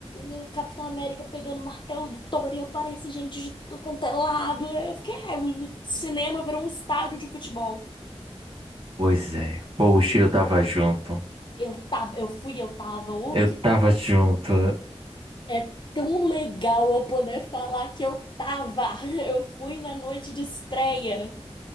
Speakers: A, on the left (about 45°); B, on the right (about 55°).
A: o Capitão América pegando o martelo do Thor e aparece gente de tudo quanto é lado. Eu fiquei, é, o cinema virou um estádio de futebol.
B: Pois é. Poxa, eu tava junto.
A: Eu tava, eu fui, eu tava. O
B: Eu
A: que
B: tava junto.
A: é tão legal eu poder falar que eu tava. <laughs> Eu fui na noite de estreia.